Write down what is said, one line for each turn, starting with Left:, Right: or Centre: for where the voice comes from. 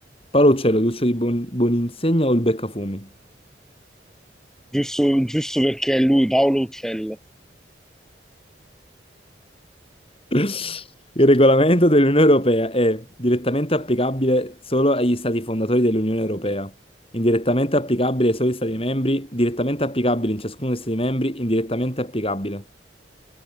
Left: Paolo Uccello, Duccio di Buon- Buoninsegna o il Beccafumi?
Centre: giusto, giusto perché è lui, Paolo Uccello.
Left: <laughs> Il regolamento dell'Unione Europea è direttamente applicabile solo agli stati fondatori dell'Unione Europea, indirettamente applicabile solo agli stati membri, direttamente applicabile in ciascuno degli stati membri, indirettamente applicabile.